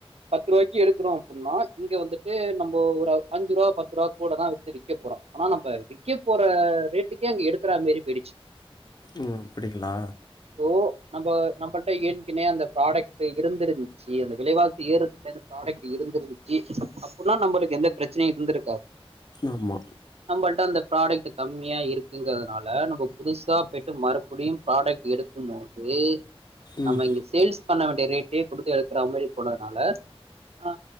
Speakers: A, on the right (about 90°); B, on the left (about 45°).
A: பத்து ரூபாய்க்கு எடுக்குறோம் அப்புடின்னா இங்க வந்துட்டு நம்ப ஒரு அஞ்சு ரூபா ப த்துரூபா கூட தா விக்க போறோம் ஆனா நம்ப விக் விக்கிய போற ரேட்டுக்கே அங்க எடுக்கற மேரி போயிடுச்சு
B: ம் அப்டிங்களா
A: ஓ நம்ம நம்பட் என்கின்னே அந்த ப்ராடக்ட் இருந்து ச்சி அந்த விலைவா ஏறத்ந்து ப்ராடக்ட் இருந்திருந்துச்சு அப்புடினா நம்மளுக்கு எந்த பிரச்சனையும் இருந்திருக்காது
B: ஆமா
A: நம்மளிட்ட அந்த ப்ராடக்ட் கம்மியா இருக்குங்கொ நால நம்ம புதுசா போய்டு மறுபடியும் ப்ராடக்ட் எடுக்கும் போது
B: ம்
A: நம்ம இங்க சேல்ஸ் பண்ண வேண்டிய ரேட்டே குடுத்து எடுக்கிற மாரி போனதுனால ஆ